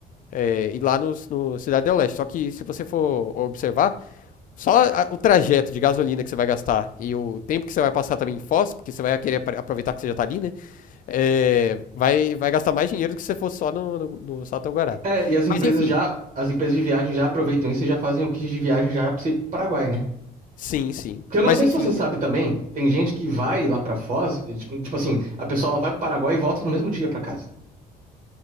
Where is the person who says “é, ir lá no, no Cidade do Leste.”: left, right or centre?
Left